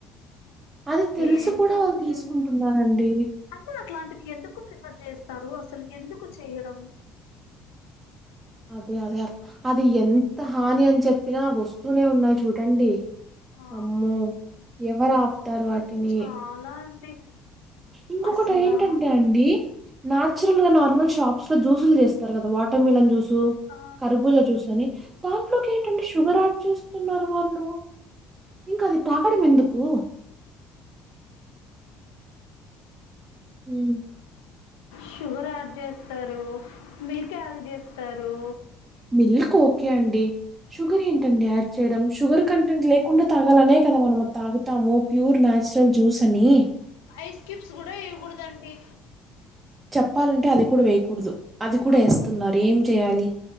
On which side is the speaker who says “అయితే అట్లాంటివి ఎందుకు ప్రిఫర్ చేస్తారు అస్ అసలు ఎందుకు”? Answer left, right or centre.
Left